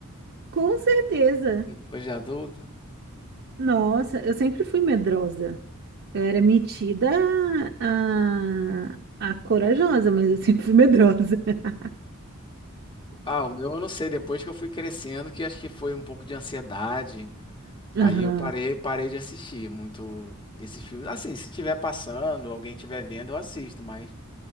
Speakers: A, on the right (about 55°); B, on the left (about 25°).
A: Com certeza.
B: depois de adulta?
A: Nossa, eu sempre fui medrosa. Eu era metida a, a corajosa, mas eu <laughs> sempre fui medrosa. <laughs>
B: Ah, o meu eu não sei, depois que eu fui crescendo, que acho que foi um pouco de ansiedade. Aí
A: Aham,
B: eu parei, parei de assistir muito esses filmes. Assim, se tiver passando, alguém estiver vendo, eu assisto, mas